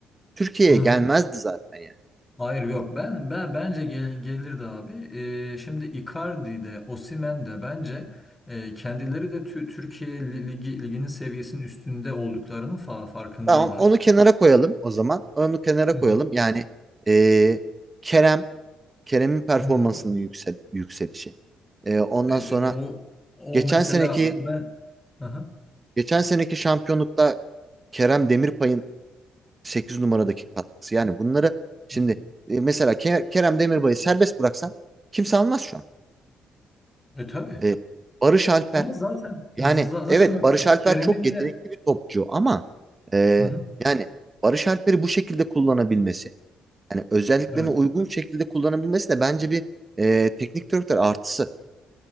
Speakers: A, on the right; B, on the left.
A: Türkiye'ye
B: ne
A: gelmezdi zaten yani.
B: Hayır yok ben ben bence gel- gelirdi abi. Ee, şimdi Icardi de Osimhen de bence e, kendileri de tü- Türkiye li- ligi liginin seviyesinin üstünde olduklarının fa farkındalar.
A: Tamam onu kenara koyalım o zaman. Onu kenara
B: Hı
A: koyalım.
B: hı.
A: Yani e, Kerem, Kerem'in performansının
B: Hı hı.
A: yüksel, yükselişi. E, ondan
B: E, e,
A: sonra
B: o
A: geçen
B: o mesela
A: seneki
B: o ben Aha.
A: geçen seneki şampiyonlukta Kerem Demirbay'ın 8 numaradaki katkısı. Yani bunları şimdi
B: Hı hı. hı.
A: e, mesela Ke- Kerem Demirbay'ı serbest bıraksan kimse almaz şu an.
B: E tabii.
A: E, Barış Alper
B: Ama zaten
A: yani
B: za- zaten
A: evet
B: bak
A: Barış Alper
B: Kerem'in
A: çok yetenekli
B: de
A: bir topçu ama e,
B: Hı hı.
A: yani Barış Alper'i bu şekilde kullanabilmesi Yani özelliklerini
B: Evet.
A: uygun şekilde kullanabilmesi de bence bir e, teknik direktör artısı.